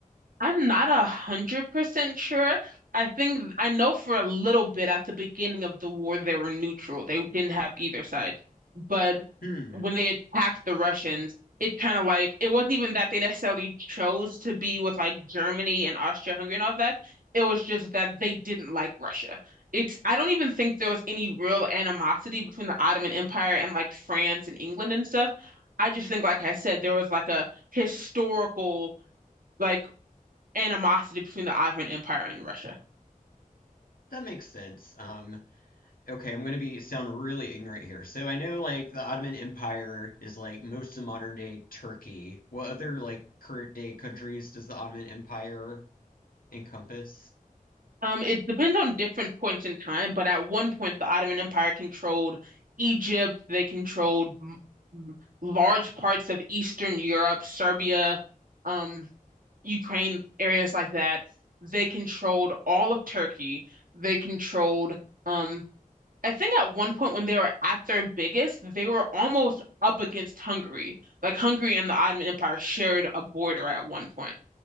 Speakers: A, on the right; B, on the left.
A: I'm not a hundred percent sure. I think I know for a little bit at the beginning of the war they were neutral. They didn't have either side. But
B: Hmm,
A: when they attacked the Russians, it kind of like it wasn't even that they necessarily chose to be with like Germany and Austria-Hungary and all that. It was just that they didn't like Russia. It's I don't even think there was any real animosity between the Ottoman Empire and like France and England and stuff. I just think, like I said, there was like a historical like animosity between the Ottoman Empire and Russia.
B: that makes sense. Um, Okay, I'm gonna be sound really ignorant here. So I know like the Ottoman Empire is like most of modern day Turkey. What other like current day countries does the Ottoman Empire encompass?
A: Um, it depends on different points in time, but at one point, the Ottoman Empire controlled Egypt. They controlled m- large parts of Eastern Europe, Serbia, um, Ukraine, areas like that. They controlled all of Turkey. They controlled, um, I think at one point when they were at their biggest, they were almost up against Hungary. Like Hungary and the Ottoman Empire shared a border at one point.